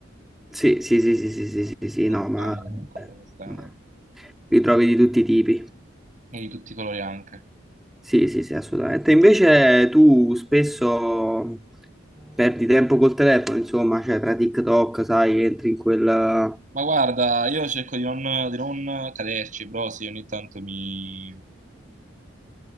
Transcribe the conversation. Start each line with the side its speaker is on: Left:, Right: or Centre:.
Centre: Sì, sì, sì, sì, sì, sì, sì, sì, sì,
Right: Cose
Centre: no,
Right: strane
Centre: ma
Right: comunque, cose strane.
Centre: ma li trovi di tutti i tipi.
Right: E di tutti i colori anche.
Centre: Sì, sì, sì, assolutamente. Invece tu spesso perdi tempo col telefono, insomma, cioè tra TikTok, sai, entri in quella...
Right: Ma guarda, io cerco di non, di non caderci, però sì, ogni tanto mi